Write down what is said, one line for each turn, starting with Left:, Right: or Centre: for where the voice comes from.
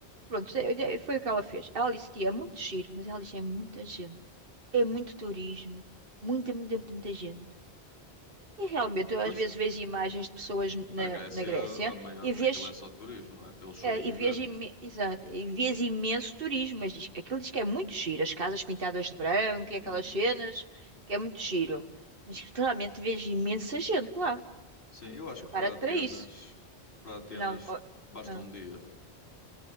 Right: Pronto, eu- eu- foi o que ela fez. Ela disse, tia, é muito giro, mas ela disse, é muita gente. É muito turismo. Muita, muita, muita gente. E realmente, eu às
Left: Pois,
Right: vezes vejo imagens de pessoas na,
Left: a Grécia,
Right: na Grécia
Left: a maior,
Right: e vês,
Left: aquilo é só turismo, não é? Para eles sobreviverem.
Right: eh, e vês, ime- exato, e vês imenso turismo, mas diz, aquilo diz que é muito giro. As casas pintadas de branco e
Left: Uhum.
Right: aquelas cenas, que é muito giro. Mas claramente vejo imensa gente lá.
Left: Sim, eu acho
Right: Prepara-te
Left: que para Atenas,
Right: para isso.
Left: para Atenas
Right: Não, oh,
Left: basta
Right: ah,
Left: um dia.